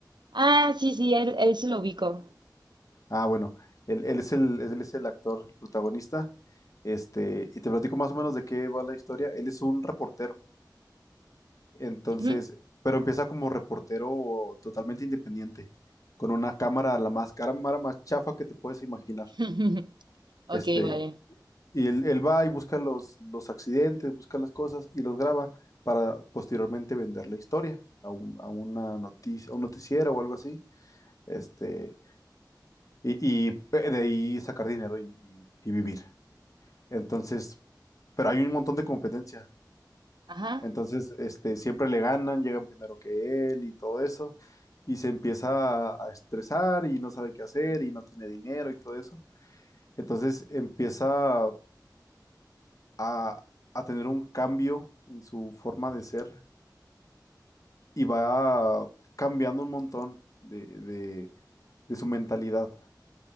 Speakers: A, on the right; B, on the left.
A: Ah, sí, sí, él, él se lo ubico.
B: Ah, bueno, él, él es el, él es el actor, el protagonista. Este, y te platico más o menos de qué va la historia. Él es un reportero Entonces,
A: Ujú.
B: pero empieza como reportero totalmente independiente, con una cámara, la más cámara más chafa que te puedes imaginar.
A: <laughs> Ok,
B: Este,
A: vale.
B: y él, él va y busca los, los accidentes, busca las cosas y los graba para posteriormente vender la historia a, un, a una noticia, a un noticiero o algo así. Este, y, y de ahí sacar dinero y, y- y vivir. Entonces, pero hay un montón de competencia.
A: Ajá,
B: Entonces, este, siempre le ganan, llegan primero que él y todo eso, y se empieza a a estresar y no sabe qué hacer y no tiene dinero y todo eso. Entonces empieza a, a tener un cambio en su forma de ser y va cambiando un montón de, de- de su mentalidad.